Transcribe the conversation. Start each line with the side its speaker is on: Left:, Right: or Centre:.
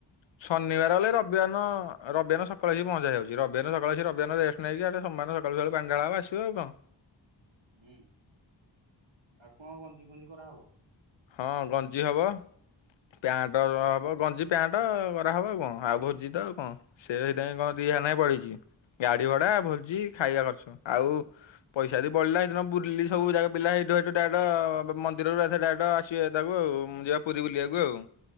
Left: ଶନିବାର ହେଲେ ରବିବାରନ ରବିବର୍ ସ ସକାଳୁ ଆସିକି ପହଞ୍ଚି ହେଇଆଉଛି ରବିବାରନ ସକାଳୁ ଆସିକି ରବିବାରନ ରେଷ୍ଟ ନେଇକି ହେଠୁ ସୋମବାର ଦିନ ସକାଳୁସକାଳୁ ପାଣି ଢାଳା ହବ ଆସିବ ଆଉ କଣ।
Right: ହୁଁ ଆଉ କଣ ଗଞ୍ଜି ଫଜିଂ କରାହବ।
Left: ହଁ ଗଞ୍ଜି ହବ ପ୍ୟାଣ୍ଟ ଅ ହବ ଗଞ୍ଜି ପ୍ୟାଣ୍ଟ କରାହେବ ଆଉ କଣ ଆଉ ଭୋଜି ତ ଆଉ କଣ ସେ ସେଇତିପାଇଁ କଣ ଦିହାର ନେଖା ପଡିଛି। ଗାଡି ଭଡା ଭୋଜି ଖାଇବା ଖର୍ଚ ଆଉ ପଇସା ଯଦି ବଳିଲା ହେଦିନ ବୁଲି ସବୁ ଯାକ ପିଲା ହେଇଠୁ ହେଉଠୁ ଡାଇରେକ୍ଟ ମନ୍ଦିରରୁ ଆ ସେ ଡାଇରେକ୍ଟ ସିଆ ତାକୁ ଆଉ ମୁଁ ଯିବା ପୁରୀ ବୁଲିବାକୁ ଆଉ।